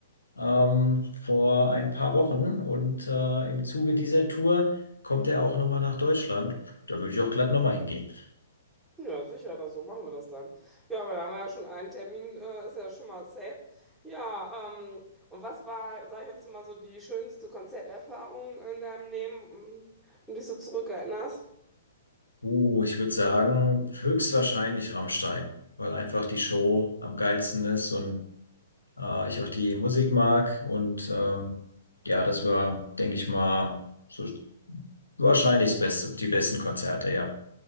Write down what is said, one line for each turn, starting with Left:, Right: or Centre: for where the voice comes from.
Left: ähm, vor ein paar Wochen und äh, im Zuge dieser Tour kommt er auch nochmal nach Deutschland. Da würde ich auch glatt nochmal hingehen.
Centre: Ja, sicher, das, so machen wir das dann. Ja, aber da haben wir ja schon einen Termin, äh, ist ja schon mal safe. Ja, ähm, und was war, sag ich jetzt mal so, die schönste Konzerterfahrung in deinem Leben, mm, an die du dich so zurückerinnerst?
Left: Uh, ich würde sagen, höchstwahrscheinlich Rammstein, weil einfach die Show am geilsten ist und äh, ich auch die Musik mag und ähm, ja, das war, denke ich mal, so wahrscheinlich das Beste, die besten Konzerte, ja.